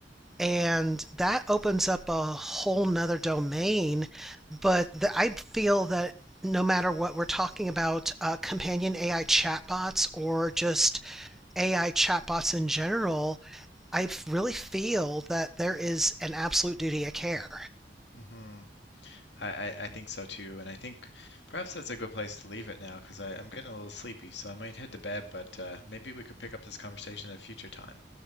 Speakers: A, in the centre; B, on the left.
A: And
B: Wow.
A: that opens up a whole nother domain. But the, I feel that no matter what we're talking about, uh, companion AI chatbots or just AI chatbots in general, I really feel that there is an absolute duty of care.
B: hmm I, I I think so too, and I think perhaps that's a good place to leave it now because I'm getting a little sleepy, so I might head to bed, but uh, maybe we could pick up this conversation at a future time.